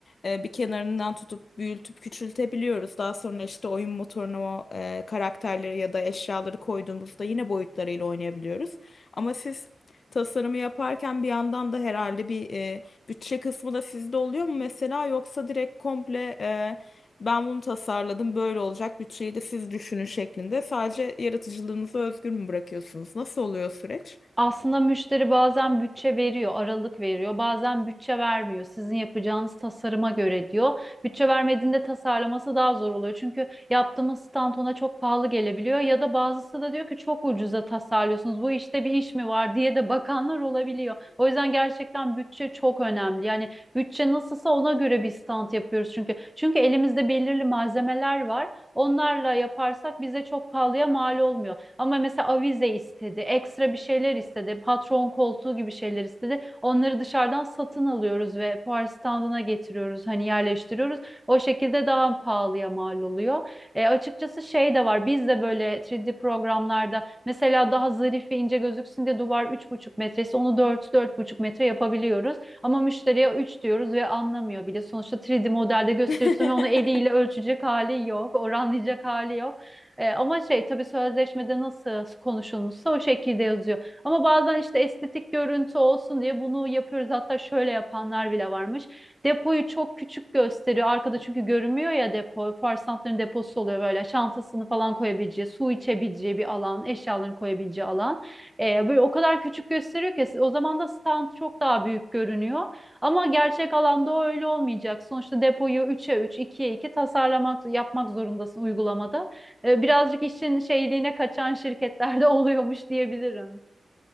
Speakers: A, on the left; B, in the centre.
A: e, bir kenarından tutup büyültüp küçültebiliyoruz. Daha sonra işte oyun motoruna o e, karakterleri ya da eşyaları koyduğumuzda yine boyutlarıyla oynayabiliyoruz. Ama siz tasarımı yaparken bir yandan da herhalde bir e, bütçe kısmı da sizde oluyor mu mesela yoksa direkt komple e, ben bunu tasarladım böyle olacak bütçeyi de siz düşünün şeklinde sadece yaratıcılığınızı özgür mü bırakıyorsunuz? Nasıl oluyor süreç?
B: Aslında müşteri bazen bütçe veriyor, aralık veriyor, bazen bütçe vermiyor. Sizin yapacağınız tasarıma göre diyor. Bütçe vermediğinde tasarlaması daha zor oluyor. Çünkü yaptığımız stand ona çok pahalı gelebiliyor ya da bazısı da diyor ki çok ucuza tasarlıyorsunuz. Bu işte bir iş mi var diye de bakanlar olabiliyor. O yüzden gerçekten bütçe çok önemli. Yani bütçe nasılsa ona göre bir stand yapıyoruz çünkü. Çünkü elimizde belirli malzemeler var. Onlarla yaparsak bize çok pahalıya mal olmuyor. Ama mesela avize istedi, ekstra bir şeyler istedi, patron koltuğu gibi şeyler istedi. Onları dışarıdan satın alıyoruz ve fuar standına getiriyoruz, hani yerleştiriyoruz. O şekilde daha pahalıya mal oluyor. E, açıkçası şey de var, biz de böyle 3D programlarda mesela daha zarif ve ince gözüksün diye duvar 3,5 metresi onu dört dört buçuk metre yapabiliyoruz. Ama müşteriye 3 diyoruz ve anlamıyor bile. Sonuçta 3D modelde gösteriyorsun
A: <laughs>
B: ve onu eliyle ölçecek hali yok, oranlayacak hali yok. E, ama şey tabii sözleşmede nasıl konuşulmuşsa o şekilde yazıyor. Ama bazen işte estetik görüntü olsun diye bunu yapıyoruz. Hatta şöyle yapanlar bile varmış. Depoyu çok küçük gösteriyor. Arkada çünkü görünmüyor ya depo. Farsantların deposu oluyor böyle. Çantasını falan koyabileceği, su içebileceği bir alan, eşyalarını koyabileceği alan. E, böyle o kadar küçük gösteriyor ki o zaman da stand çok daha büyük görünüyor. Ama gerçek alanda o öyle olmayacak. Sonuçta depoyu 3'e 3, 2'ye 2 tasarlamak, yapmak zorundasın uygulamada e, birazcık işin şeyliğine kaçan şirketlerde <laughs> oluyormuş diyebilirim.